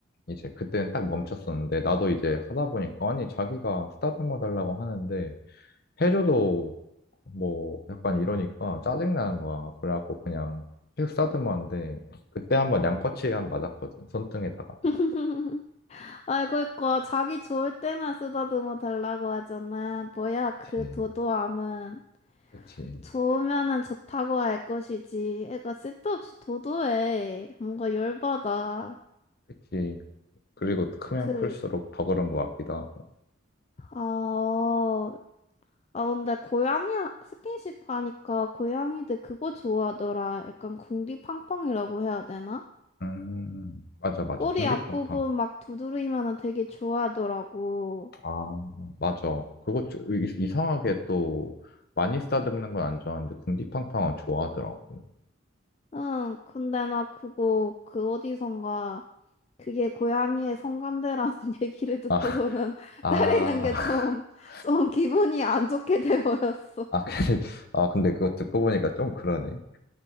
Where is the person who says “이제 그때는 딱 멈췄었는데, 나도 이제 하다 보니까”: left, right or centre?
Left